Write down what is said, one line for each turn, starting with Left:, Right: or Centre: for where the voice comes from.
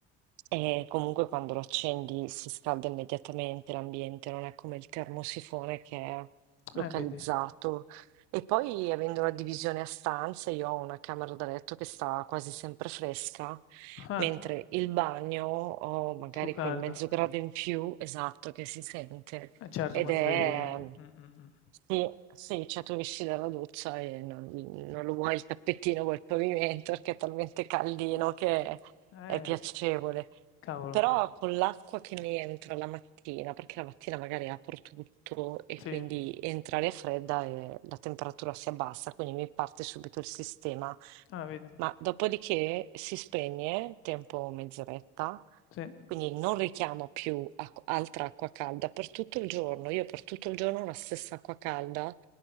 Right: E comunque quando lo accendi si scalda immediatamente l'ambiente, non è come il termosifone che è localizzato.
Left: Eh, vedi.
Right: E poi avendo la divisione a stanze, io ho una camera da letto che sta quasi sempre fresca,
Left: Ah,
Right: mentre il bagno ho magari
Left: più caldo.
Right: quel mezzo grado in più, esatto, che si sente.
Left: Eh, certo
Right: Ed
Left: quando
Right: è...
Left: devi mh, mh,
Right: Sì, sì, cioè tu esci dalla doccia e non, non lo vuoi il tappetino, vuoi il pavimento perché è talmente caldino che
Left: mh. Eh,
Right: è piacevole.
Left: cavolo.
Right: Però con l'acqua che mi entra la mattina, perché la mattina magari apro tutto e
Left: Sì.
Right: quindi entra l'aria fredda e la temperatura si abbassa, quindi mi parte subito il sistema.
Left: Ah, vedi.
Right: Ma dopodiché si spegne, tempo mezz'oretta,
Left: Sì.
Right: quindi non richiamo più acqu- altra acqua calda per tutto il giorno. Io per tutto il giorno ho la stessa acqua calda